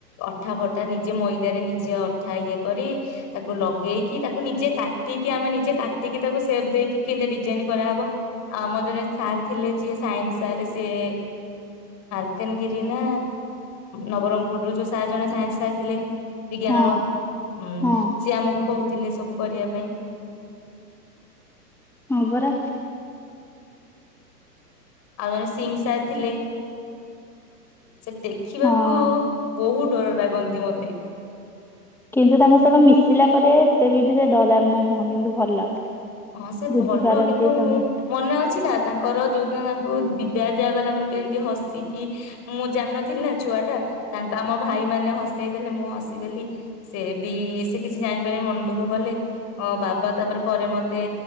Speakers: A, on the left (about 35°); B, in the centre.
A: ଅଠା ଫଟା ନିଜେ ମଇଦ ନିଜେ ଅଠା ଇଏ କରି ତାକୁ ଲଗେଇକି ତାକୁ ନିଜେ କାଟିକି ଆମେ ନିଜେ କାଟିକି ତାକୁ ସେପ ଦେଇକି କେମତି ଡିଜାଇନ କରାହେବ ଆଉ ଆମର ଜଣେ ସାର୍ ଥିଲେ ଯିଏ ସାଇନ୍ସ ସାରେ ସିଏ ହେମଗିରି ନା ନବରଙ୍ଗପୁରରୁୁ ଯୋଉ ସାର୍ ଜଣେ ସାଇନ୍ସ ସାର୍ ଥିଲେ ବିଜ୍ଞାନ
B: ହଁ
A: ର ହୁଁ
B: ହଁ
A: ସିଏ ଆମକୁ କହୁ- ଥିଲେ ସବୁ କରିଆ ପାଇଁ।
B: ହଁ ପରା।
A: ଆଉ ସିଂ ସାର୍ ଥିଲେ। ସେ ଦେଖିବାକୁ
B: ହଁ।
A: ବହୁ ଡର ଲାଗନ୍ତି ମତେ।
B: କିନ୍ତୁ ତାଙ୍କ ସହିତ ମିଶିଲା ପରେ ଏତେ ବି ସେ ଡରାୱାନା ନୁହଁ କିନ୍ତୁ ଭଲ।
A: ହଁ ସେ
B: ବୁଝିପାରନ୍ତି
A: ଭଲ କିନ୍ତୁ
B: ସମସ୍ତେ।
A: ମୁଁ ମନେ ଅଛି ନା ତାଙ୍କର ଯୋଉଦିନ ଜା ବହୁତ ବିଦାୟ ଦିଆଗଲା ମୁଁ କେମିତି ହସିକି ମୁଁ ଜାଣନଥିଲି ନା ଛୁଆ ଟା ତାଙ୍କ ଆମ ଭାଇ ମାନେ ହସେଇ ଦେଲେ ମୁଁ ହସିଦେଲି ସେ ବି ସେ କିଛି ଜାଣିପାରି ମନ ଦୁଃଖ କଲେ ଅ ବାବା ତାପରେ ପରେ ମ ଏ